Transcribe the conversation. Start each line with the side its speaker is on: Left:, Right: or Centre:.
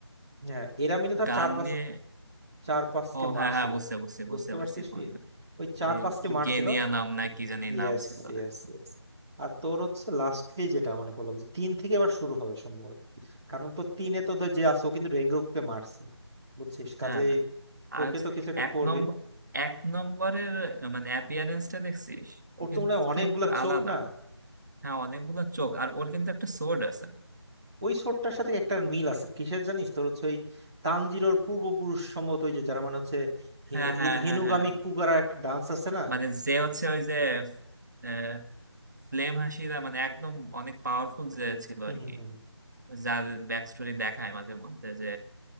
Centre: হ্যাঁ এরা মিলে ধর
Right: গান
Centre: চার পাঁচকে
Right: নিয়ে
Centre: চার পাঁচকে
Right: ও
Centre: মারছিল
Right: হ্যাঁ হ্যাঁ বুঝতে বুঝতে
Centre: বুঝতে
Right: বুঝতে
Centre: পারছিস
Right: পারছি কোন
Centre: কি
Right: গান।
Centre: ওই চার
Right: ওই
Centre: পাঁচকে
Right: কি
Centre: মারছিল
Right: গেনিয়া নাম না কি জানি
Centre: Yes
Right: নাম ছিল আর
Centre: yes
Right: কি।
Centre: yes আর তোর হচ্ছে লাস্টলি যেটা মানে বললাম যে তিন থেকে এবার শুরু হবে সম্ভবত কারণ তো তিনে তো ধর যে আছে ও কিন্তু রেঙ্গুকে মারছে বুঝছিস কাজে
Right: হ্যাঁ আর
Centre: ওকে তো কিছু একটা
Right: এক
Centre: করবেই
Right: নম্বর এক নম্বরের মানে অ্যাপিয়ারেন্সটা দেখছিস
Centre: ওর
Right: ও কিন্তু
Centre: তো মনে হয় অনেকগুলা
Right: একটু
Centre: চোখ
Right: আলাদা
Centre: না
Right: হ্যাঁ অনেকগুলো চোখ আর ওর কিন্তু একটা সোর্ড আছে
Centre: ওই ছোটটার সাথে একটা মিল আছে কিসের জানিস তোর হচ্ছে ওই তানজিরোর পূর্বপুরুষ সম্ভবত ওই যে যারা মানে হচ্ছে হে-
Right: হ্যাঁ হ্যাঁ
Centre: হে- হেনুগামি
Right: হ্যাঁ হ্যাঁ
Centre: কুগারা একটা ডান্স আছে না
Right: মানে যে হচ্ছে ওই যে আহ, ফ্লেম হাসিরা মানে একদম অনেক পাওয়ারফুল যে ছিল
Centre: হুম
Right: আর
Centre: হুম
Right: কি
Centre: হুম
Right: যার ব্যাক স্টোরি দেখায় মাঝে মধ্যে যে